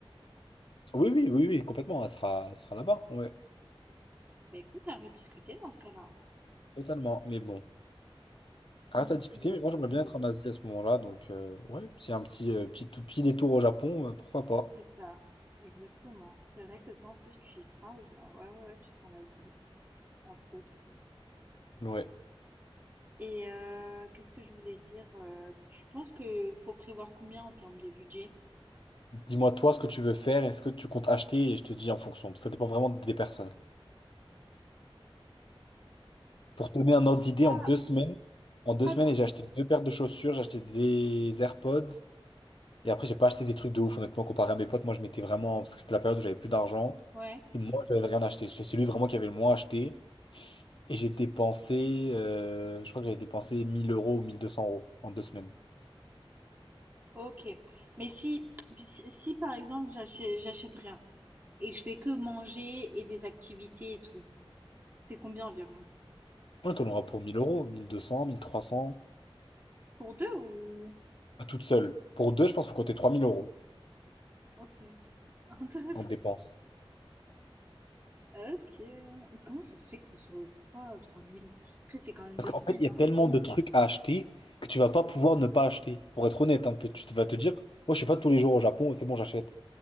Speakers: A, on the left; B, on the right.
A: Oui, oui, oui, oui, complètement. Elle sera, elle sera là-bas. Ouais,
B: Bah écoute, à rediscuter dans ce cas-là. hein.
A: totalement. Mais bon, ça
B: Donc,
A: reste à discuter.
B: euh,
A: Mais moi, j'aimerais bien être en Asie à ce moment-là. Donc, euh, ouais, c'est un petit, euh, petit, tout petit détour au Japon, euh, pourquoi pas.
B: c'est ça, exactement. C'est vrai que toi, en plus, tu y seras. ou- Ouais, ouais, ouais, tu seras en Asie, entre autres.
A: Ouais.
B: Et euh, qu'est-ce que je voulais dire? euh, tu penses que faut prévoir combien en termes de budget?
A: Dis-moi toi ce que tu veux faire, est-ce que tu comptes acheter et je te dis en fonction, parce que ça dépend vraiment des personnes. Pour te donner un ordre d'idée,
B: Ah,
A: en deux semaines, en deux
B: ah,
A: semaines, et j'ai acheté deux paires de chaussures, j'ai acheté des AirPods, et après j'ai pas acheté des trucs de ouf, honnêtement, comparé à mes potes, moi je m'étais vraiment, parce que c'était la période où j'avais plus d'argent,
B: Ouais,
A: et moi j'avais rien acheté, j'étais celui vraiment qui avait le moins acheté, et j'ai dépensé, euh, je crois que j'avais dépensé 1000 euros ou 1200 euros en deux semaines.
B: ok. Mais si, si, si, par exemple, j'achète, j'achète rien et que je fais que manger et des activités et tout. C'est combien environ?
A: Ouais, t'en auras pour 1000 euros, mille deux cents, mille trois cents.
B: Pour deux ou...
A: à toute seule. Pour deux, je pense qu'il faut compter 3000 euros
B: Ok, <laughs> intéressant.
A: en dépenses.
B: Ok. Mais Comment ça se fait que ce soit trois trois mille Après, c'est quand même
A: Parce
B: deux
A: qu'en fait,
B: semaines.
A: il y a tellement
B: hein.
A: de trucs à acheter que tu vas pas pouvoir ne pas acheter. Pour être honnête, hein, t- tu vas te dire, moi, je suis pas tous les jours au Japon, c'est bon, j'achète.